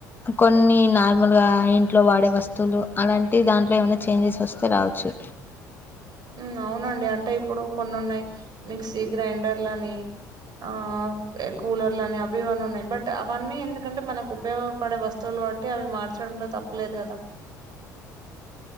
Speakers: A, on the left; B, on the right.
A: కొన్ని నార్మల్ గా ఇంట్లో వాడే వస్తువులు అలాంటి దాంట్లో ఏమనా చేంజెస్ వస్తు స్తే రావచ్చు
B: ఉ అవునండి అంటే ఇప్పుడు కొన్ని ఉన్నాయి మిక్సీ గ్రైండర్లని ఆ కూలర్లు అని అవి ఇవన్నీ ఉన్నాయి బట్ అవన్నీ ఎందుకంటే మనకు ఉపయోగపడే వస్తువులు కాబట్టి అవి మార్చడంలో తప్పలేదు కదా